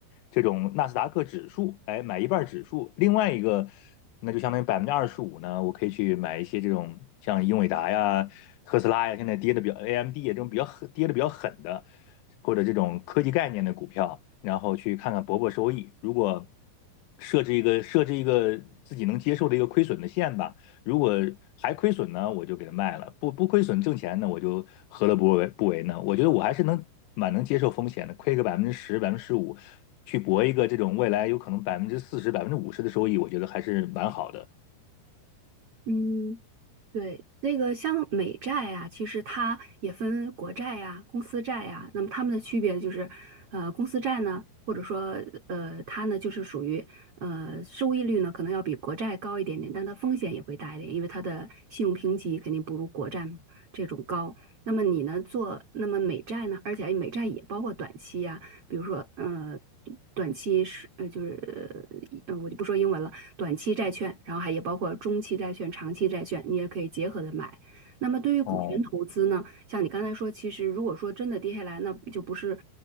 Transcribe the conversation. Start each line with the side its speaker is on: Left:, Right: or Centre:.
Left: 这种纳斯达克指数，哎，买一半儿指数，另外一个那就相当于百分之二十五呢，我可以去买一些这种像英伟达呀、特斯拉呀，现在跌的比较 AMD 呀这种比较狠跌的比较狠的，或者这种科技概念的股票，然后去看看博博收益。如果设置一个设置一个自己能接受的一个亏损的线吧。如果还亏损呢，我就给它卖了；不不亏损挣钱呢，我就何乐不为不为呢？我觉得我还是能蛮能接受风险的，亏个百分之十、百分之十五，去搏一个这种未来有可能百分之四十、百分之五十的收益，我觉得还是蛮好的。
Right: 嗯，对，那个像美债啊，其实它也分国债呀、公司债呀。那么它们的区别就是，呃，公司债呢，或者说呃，它呢就是属于呃收益率呢可能要比国债高一点点，但它风险也会大一点，因为它的信用评级肯定不如国债嘛这种高。那么你呢做那么美债呢，而且哎美债也包括短期呀、比如说呃短期是呃就是呃我就不说英文了。短期债券，然后还也包括中期债券、长期债券，你也可以结合着买。那么对于股权投资呢，
Left: 哦，
Right: 像你刚才说，其实如果说真的跌下来，那就不是